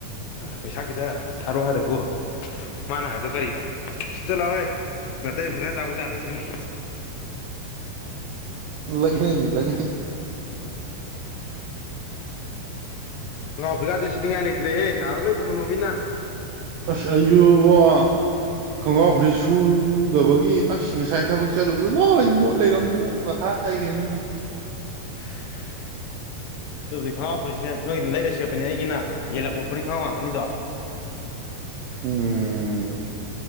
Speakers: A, on the left; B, on the right.
A: ꯄꯩꯁꯥ ꯈꯤꯇ ꯊꯥꯔꯛ ꯍꯥꯏꯔꯕꯣ ꯃꯥꯅ ꯍꯥꯏꯁꯨ ꯀꯔꯤꯕ ꯁꯤ ꯆꯂꯥꯛꯑꯣꯍꯣꯏ ꯅꯅꯥꯇꯩ ꯃꯈꯥ ꯆꯥꯕ ꯆꯥ ꯆꯠꯇꯣꯏꯅꯤ
B: ꯂꯒꯅ ꯃꯤ ꯂꯒꯅ
A: ꯉꯥꯎ ꯐ꯭ꯔꯤꯀꯥꯁꯦ ꯁꯤꯅꯤꯡꯉꯥꯏ ꯂꯩꯇ꯭ꯔꯦꯍꯦ ꯑꯥꯗ ꯂꯣꯏ ꯊꯝꯃꯕꯃꯤꯅ
B: ꯑꯁ ꯑꯌꯨꯕꯣ ꯈꯣꯡꯒ꯭ꯔꯥꯎ ꯐ꯭ꯔꯤꯠ ꯁꯨꯗꯕꯒꯤ ꯑ ꯉꯁꯥꯏ ꯊꯕꯛ ꯆꯠꯂꯨꯕꯗꯣ ꯅꯣꯏ ꯏꯪ ꯃꯣꯠ ꯂꯩꯔꯝꯗꯅ ꯑꯩ ꯃꯊꯥ ꯈꯥꯏꯒ ꯏꯅꯣꯅꯦ
A: <unintelligible> ꯑꯗꯨꯕꯨꯗꯤ ꯈꯪꯍꯥꯎ ꯐꯨꯔꯤꯁꯦ ꯅꯣꯏꯅ ꯂꯩꯔ ꯁꯦꯠꯄꯅꯦ ꯑꯩꯒꯤꯅ ꯌꯦꯜꯂꯛꯄ ꯐꯨꯔꯤ ꯈꯪꯉꯥꯎ ꯉꯥꯛꯇꯅꯤꯗꯣ
B: ꯎꯝ